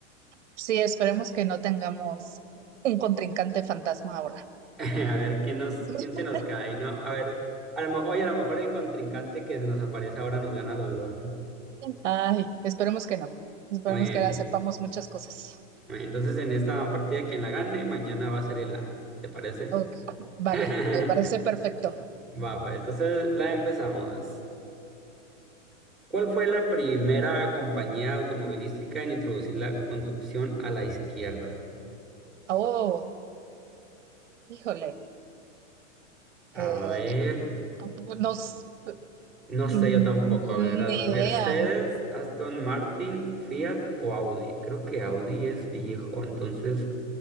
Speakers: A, on the right; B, in the centre.
A: sí, esperemos que no tengamos un contrincante fantasma ahora.
B: <laughs> A ver quién nos,
A: <laughs>
B: quién se nos cae, ¿no? A ver, a lo mejor, oye, a lo mejor el contrincante que se nos aparece ahora nos gana a los dos, ¿no?
A: Ay, esperemos que no. Esperemos
B: Muy bien.
A: que ahora sepamos muchas cosas.
B: Bueno, entonces en esta partida quien la gane, mañana va a ser el A, ¿te parece?
A: Ok, Vale,
B: <laughs>
A: me parece perfecto.
B: Va, pues entonces la empezamos. ¿Cuál fue la primera compañía automovilística en introducir la conducción a la izquierda?
A: Oh, híjole,
B: A
A: eh,
B: ver,
A: nos,
B: no sé
A: mm,
B: yo tampoco. A ver, a-
A: ni
B: Mercedes,
A: idea.
B: Aston Martin, Fiat o Audi. Creo que Audi es viejo, entonces